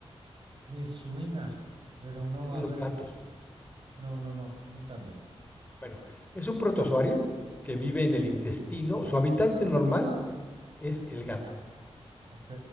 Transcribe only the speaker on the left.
es de
los
gatos.
Bueno, es un protozoario que
vive en el intestino. Su habitante normal es el gato.